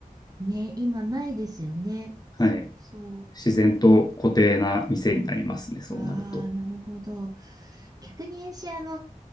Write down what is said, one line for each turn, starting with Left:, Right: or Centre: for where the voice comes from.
Right: ね、今ないですよね。そうそう。
Left: はい、自然と固定な店になりますね、そうなると。
Right: ああ、なるほど。逆に私、あの、